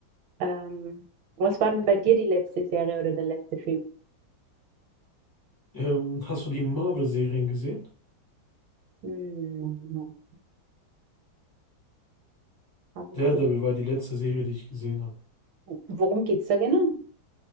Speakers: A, on the right (about 75°); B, on the left (about 35°).
A: Ähm, was war denn bei dir die letzte Serie oder der letzte Film?
B: Ähm, hast du die Marvel-Serien gesehen?
A: Hm, hab ich
B: Daredevil
A: nicht.
B: war die letzte Serie, die ich gesehen habe.
A: Worum geht es da genau?